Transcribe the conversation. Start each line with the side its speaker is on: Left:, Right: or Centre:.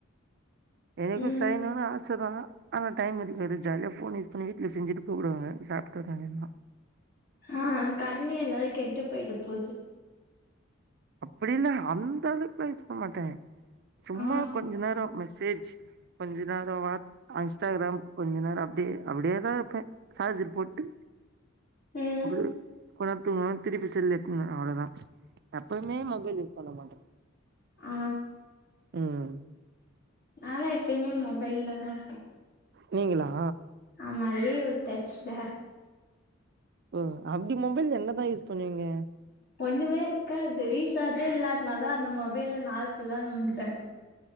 Right: எனக்கு
Left: ம்
Right: செய்யனுன்னு ஆ சதா ஆனா டைம் இருக்காது ஜாலியா ஃபோன் யூஸ் பண்ணி வீட்ல செஞ்சிட்டு கூப்டுவாங்க சாப்ட்டு வர்ற வேண்டியதா
Left: ஆ கண்ணு ஏதாவது கெட்டு போயிட போது
Right: அப்டில்ல அந்த அளவுக்கெல்லா யூஸ் பண்ண மாட்டே சும்மா
Left: ஆ
Right: கொஞ்ச நேரோ மெசேஜ் கொஞ்ச நேரோ வா இன்ஸ்டாகிராம் கொஞ்ச நேரோ அப்டியே அப்டியேதா இருப்பே சர்ஜர் போட்டு
Left: ம்
Right: அப்டி கொஞ்ச நேரோ தூங்குவே திருப்பி செல்ல எத்துன்னுவே அவ்வளதா எப்பயுமே மொபைல் யூஸ் பண்ண மாட்டே
Left: ஆ
Right: ம்
Left: நால்லா எப்பயுமே மொபைல்லதா இருப்பே
Right: நீங்களா
Left: ஆமா லீவு விட்டாச்சில்ல
Right: ஓ அப்டி மொபைல்ல என்னதா யூஸ் பண்ணுவீங்க
Left: ஒண்ணுமே இருக்காது ரீசார்ஜே இல்லாட்டனாலாதா அந்த மொபைல்ல நாள் ஃபுல்லா நோண்டுவே